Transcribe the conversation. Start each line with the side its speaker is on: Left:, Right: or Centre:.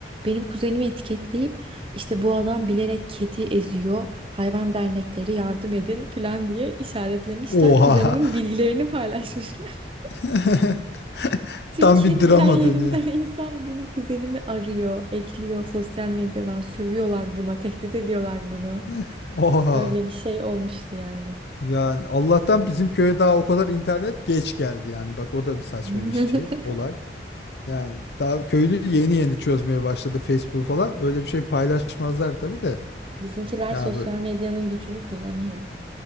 Right: Benim kuzenimi etiketleyip işte bu adam bilerek kedi eziyor. Hayvan dernekleri yardım edin falan diye işaretlemişler.
Left: oha.
Right: Kuzenimin bilgilerini paylaşmışlar. <laughs>
Left: <laughs>
Right: Türkiye'nin
Left: Tam bir drama
Right: her yerinden
Left: dönüyor.
Right: insan benim kuzenimi arıyor, ekliyor sosyal medyadan. Sövüyorlar buna, tehdit ediyorlar bunu.
Left: <laughs> Oha.
Right: Böyle bir şey olmuştu yani.
Left: Yani Allah'tan bizim köye daha o kadar internet geç geldi yani. Bak o da bir saçma
Right: <laughs>
Left: bir şey olay. Yani daha köylü yeni yeni çözmeye başladı Facebook falan. Öyle bir şey paylaşmazlar tabii de.
Right: Bizimkiler
Left: Yani
Right: sosyal medyanın gücünü kullanıyor.